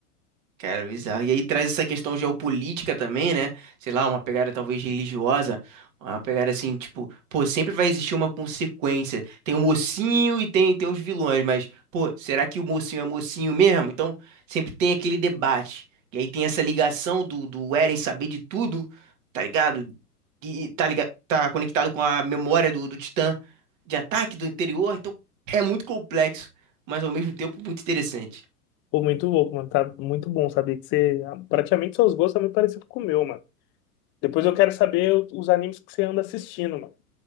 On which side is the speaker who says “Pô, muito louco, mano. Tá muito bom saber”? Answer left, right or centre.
Left